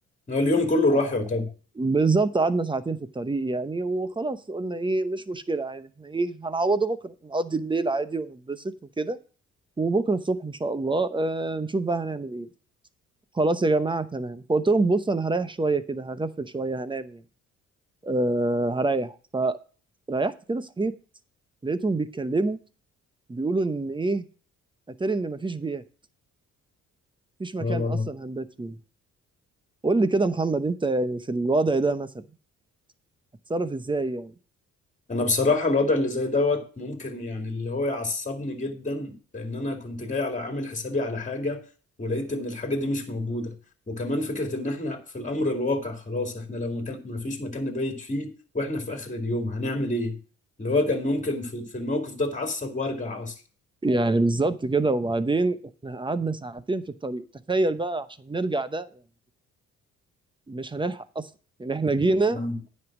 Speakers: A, on the left (about 25°); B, on the right (about 15°).
A: هو اليوم كله راح
B: آه،
A: يعتبر
B: بالظبط قعدنا ساعتين في الطريق يعني وخلاص قلنا ايه مش مشكله عادي احنا ايه هنعوضه بكره نقضي الليل عادي ونتبسط وكده وبكره الصبح ان شاء الله آه نشوف بقى هنعمل ايه خلاص يا جماعه تمام فقلت لهم بص انا هريح شويه كده هغفل شويه هنام يعني آه هريح فريحت كده صحيت لقيتهم بيتكلموا بيقولوا ان ايه اتاري ان مفيش بيات مفيش مكان
A: اه
B: اصلا هنبات فيه قول لي كده يا محمد انت يعني في الوضع ده مثلا هتتصرف ازاي يعني
A: أنا بصراحة الوضع اللي زي دوت ممكن يعني اللي هو يعصبني جدا لأن أنا كنت جاي على عامل حسابي على حاجة ولقيت إن الحاجة دي مش موجودة وكمان فكرة إن إحنا في الأمر الواقع خلاص إحنا لو مكان ما فيش مكان نبيت فيه وإحنا في آخر اليوم هنعمل إيه؟ اللي هو كان ممكن في في الموقف ده أتعصب وأرجع أصلا
B: يعني بالظبط كده وبعدين احنا قعدنا ساعتين في الطريق تخيل بقى عشان نرجع ده يعني مش هنلحق اصلا يعني احنا جينا
A: امم